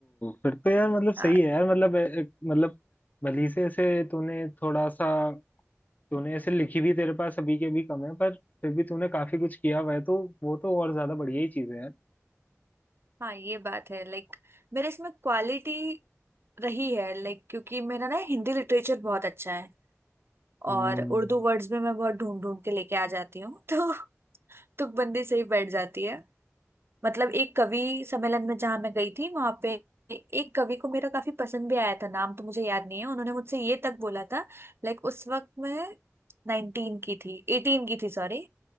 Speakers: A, on the left; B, on the right.
A: फिर तो यार मतलब सही
B: हाँ
A: है यार मतलब ए- एक- मतलब भली से ऐसे तूने थोड़ा सा तूने ऐसे लिखी भी तेरे पास अभी के भी कम है पर फिर भी तूने काफी कुछ किया हुआ है तो वो तो और ज्यादा बढ़िया ही चीज है यार
B: हाँ ये बात है लाइक मेरे इसमें क्वालिटी रही है लाइक क्योंकि मेरा ना हिंदी लिटरेचर बहुत अच्छा है
A: हम्म
B: और उर्दू वर्ड्स में मैं बहुत ढूंढ ढूंढ के लेके आ जाती हूँ <laughs> तो तुकबंदी से ही बैठ जाती है मतलब एक कवि सम्मेलन में जहाँ मैं गई थी वहां पे एक कवि को मेरा काफी पसंद भी आया था नाम तो मुझे याद नहीं है उन्होंने मुझसे ये तक बोला था लाइक उस वक्त मैं नाइनटीन की थी एटीन की थी सॉरी